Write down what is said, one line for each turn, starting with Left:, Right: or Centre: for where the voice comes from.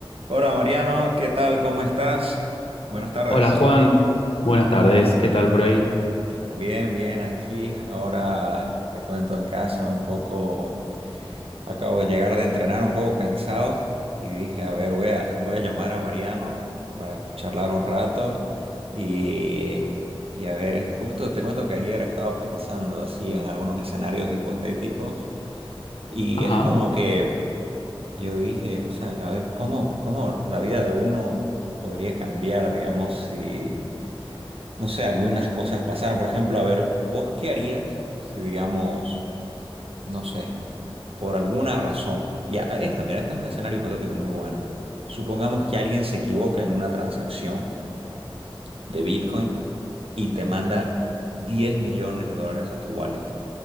Right: Hola Mariano, ¿qué tal? ¿Cómo estás? Buenas tardes.
Left: Hola Juan, buenas tardes, ¿qué tal por ahí?
Right: Bien, bien, aquí. Ahora te cuento en casa un poco. Acabo de llegar de entrenar un poco cansado y dije, a ver, voy a, voy a llamar a Mariano para charlar un rato y, y a ver, justo te cuento que ayer estaba pensando así en algunos escenarios hipotéticos y
Left: Ajá.
Right: es como que yo dije, o sea, a ver, ¿cómo, cómo la vida de uno podría cambiar, digamos, si... no sé, algunas cosas pasaron. Por ejemplo, a ver, ¿vos qué harías si, digamos, no sé, por alguna razón? Ya, esta, mira, este es un escenario hipotético muy bueno. Supongamos que alguien se equivoca en una transacción de Bitcoin y te manda diez millones de dólares a tu wallet.